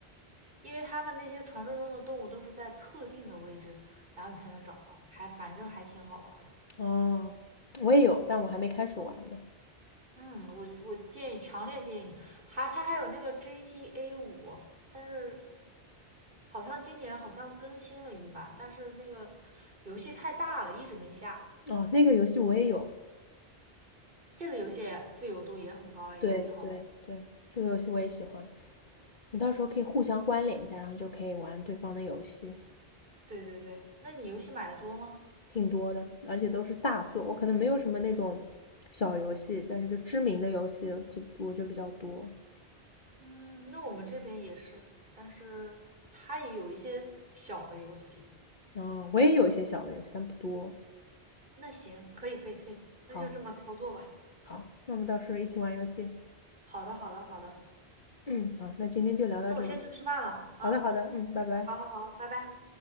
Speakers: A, on the right (about 55°); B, on the left (about 45°).
A: 因为他们那些传说中的动物都是在特定的位置，然后你才能找到，还反正还挺好玩儿的。
B: 哦，我也有，但我还没开始玩呢。
A: 嗯，我我建议，强烈建议，还它还有那个 GTA 五，但是好像今年好像更新了一版，但是那个游戏太大了，一直没下。
B: 哦，那个游戏我也有，
A: 这个游戏自由度也很高啊，也挺好玩。
B: 对对对，这个游戏我也喜欢。我到时候可以互相关联一下，然后就可以玩对方的游戏，
A: 对对对，那你游戏买的多吗？
B: 挺多的，而且都是大作。我可能没有什么那种小游戏，但是就知名的游戏就我就比较多。
A: 嗯，那我们这边也是，但是它也有一些小的游戏。
B: 啊，我也有一些小的游戏，但不多。
A: 那行，可以可以可以，那就这么操作吧。
B: 好，好，那我们到时候一起玩游戏。
A: 好的好的好的，
B: 嗯，好，那今天就聊到这里。
A: 那我先去吃饭了。嗯，
B: 好的，好的，嗯，拜拜。
A: 好好好，拜拜。